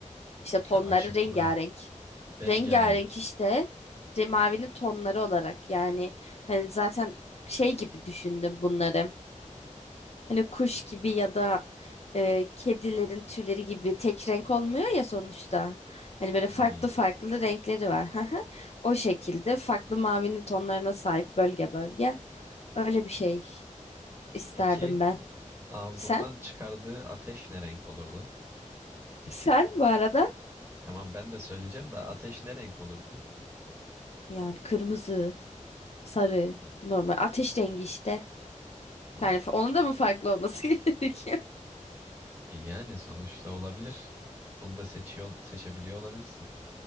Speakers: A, on the left; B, on the right.
A: İşte tonları
B: Şu açık
A: rengarenk.
B: mı? Rengarenk.
A: Rengarenk işte ce- mavinin tonları olarak yani hani zaten şey gibi düşündüm bunları. Hani kuş gibi ya da e, kedilerin tüyleri gibi tek renk olmuyor ya sonuçta. Hani böyle
B: Hmm.
A: farklı farklı renkleri var. <laughs> Hı hı. O şekilde farklı mavinin tonlarına sahip bölge bölge. Öyle bir şey isterdim
B: Peki
A: ben.
B: ağzından
A: Sen?
B: çıkardığı ateş ne renk olurdu?
A: Sen bu arada
B: Tamam ben de söyleyeceğim de ateş ne renk olurdu?
A: yani kırmızı, sarı,
B: Hmm,
A: normal ateş rengi işte.
B: Tamam.
A: Yani fa- onun da mı farklı olması <laughs> gerekiyor?
B: E, Yani sonuçta olabilir. Bunu da seçiyor, seçebiliyor olabilirsin.